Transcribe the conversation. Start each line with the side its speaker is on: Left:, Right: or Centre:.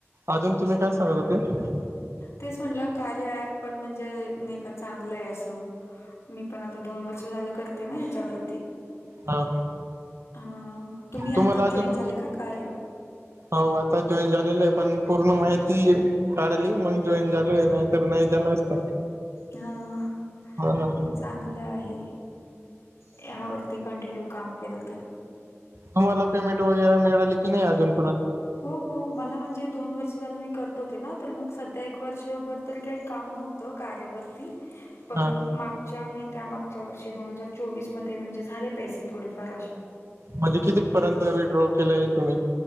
Right: अजून तुम्ही काय सांगनार होते?
Left: तेच म्हटलं कार्य ऍप पण म्हणजे नाही का चांगलं आहे असं, मी पण आता दोन वर्ष झा करते ना याच्यावरती.
Right: हा
Left: हा तुम्ही
Right: तुम्हाला
Left: आताच
Right: अजून
Left: जॉईन झाले का कार्य?
Right: हो आता. जॉईन झालेलो आहे. पण पूर्ण माहिती काढली. मग जॉईन झालोय. नाहीतर नाही झालं असत.
Left: हा
Right: हा
Left: चांग ल आहे. ह्यावरती कंटिन्यू काम केलं तर.
Right: तुम्हाला पेमेंट वगैरे मिळाली, की नाही अजून?
Left: हो हो मला म्हण जे दोन वर्ष झालं मी करत होते ना. तर मग सध्या एक वर्षभर तरी काही काम नव्हत कार्यावरती. पण
Right: हा
Left: मागच्या नाही. त्या मागच्या वर्षी दोन हजार चोवीस मध्ये म्हणजे झाले पैसे थोडेफार असे.
Right: म्हणजे कितीपर्यंत विड्रॉ केलंय तुम्ही?